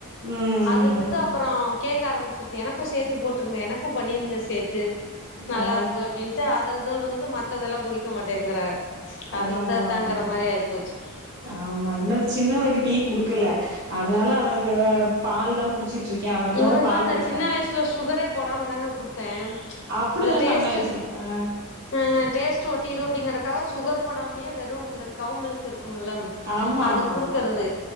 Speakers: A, on the right; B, on the left.
A: ம்
B: அதுல
A: ம்
B: இருந்து
A: ம்
B: அப்றோ
A: ம்
B: கேக்க ஆரம்பிச்சிருது எனக்கு சேத்து போட்ருங்க எனக்கு பண்ணிருங்க சேத்து நல்லா
A: ஆ
B: இருக்கு அப்டின்ட்டு அத அதுல இருந்து மத்ததெல்லா குடிக்க மாட்டேங்கறா அது
A: ஆமாமா
B: இருந்தா தாங்கற மாரி ஆயிப்போச்சு
A: ஆமா இன்னு சின்னவனுக்கு டீ குடுக்கல அதனால அவனுக் கு பால் தா குடிச்சிட்டு இருக்கே வந்தோன
B: இவனுக்லா
A: பால்
B: நா
A: குடிப்பே
B: சின்ன வைசுல சுகரே போடாம தாங்க குடுத்தே
A: அப்டிதான
B: அந்த டேஸ்ட்டு
A: நம்மாய்ச்ங் ஆ
B: ஆ டேஸ்ட்டு ஒட்டிரு அப்டிங்கறக்காக சுகர் போடாமயே வெறு இந்த கவ் மில்க் இருக்கும்லங்
A: ஆமா
B: அது
A: ஆமா
B: குடுக்றது
A: ஆமா